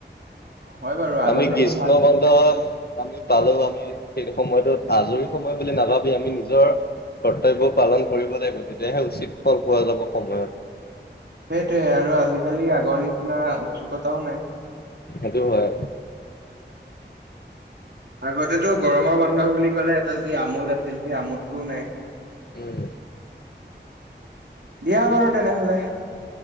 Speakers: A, on the right; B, on the left.
A: হয় বাৰু আগতেহে
B: আমি গ্ৰীষ্ম
A: ভাল আছিল।
B: বন্ধত আমি পালো, আমি সেই সময়টোত আজৰি সময় বুলি নাভাবি আমি নিজৰ কৰ্তব্য পালন কৰিব লাগিব, তেতিয়াহে উচিত ফল পোৱা যাব সময়ত।
A: সেইটোয়ে আৰু আজিকালি আগৰ নিচিনা উৎসুকতাও নাই।
B: সেইটো হয়।
A: আগতেটো গৰমৰ বন্ধ বুলি ক'লে এটা যি আমোদ আছিল সেই আমোদটোও নাই।
B: উম।
A: দিয়া বাৰু তেনে'হলে।